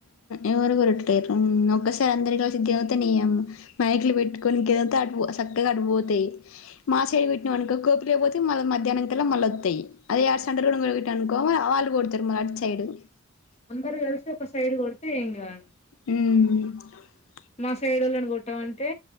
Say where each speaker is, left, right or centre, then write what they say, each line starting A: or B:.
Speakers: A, on the left; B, on the left.
A: ఎవరు ఉరటికేయరు హ్మ్ ఒకసారి అందరి తోసి దేవితే నీ యమ్మ మైకులు పెట్టుకని గెలువతే చక్కగా అటుపోతాయి మా సైడు పెట్టినాం అనుకో కోపిలేకిపోతాయి మళ్ళా మధ్యాహనంకల్లా మళ్ళా వత్తాయి. అదయారు
B: అవును
A: సండలు కూడా అనుకో ఆళ్లు కూడాతురుమన అటు సైడు. <unintelligible>
B: అందరు కలిసి ఒక సైడ్ కొడితే ఎంగాదు.
A: మ్
B: మా సైడ్ వాళ్ళని కొట్టామంటే